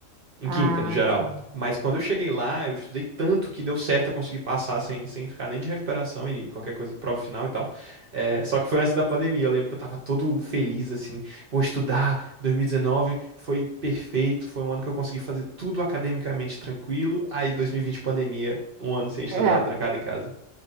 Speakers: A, on the right; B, on the right.
A: em
B: Ah,
A: química, no geral.
B: sim.
A: Mas quando eu cheguei lá, eu estudei tanto que deu certo, eu consegui passar sem, sem ficar nem de recuperação e qualquer coisa, prova final e tal. É, só que foi antes da pandemia, eu lembro que eu tava todo feliz, assim, vou estudar, 2019 foi perfeito, foi um ano que eu consegui fazer tudo academicamente tranquilo, aí 2020 pandemia, um ano sem estudar,
B: É.
A: trancado em casa.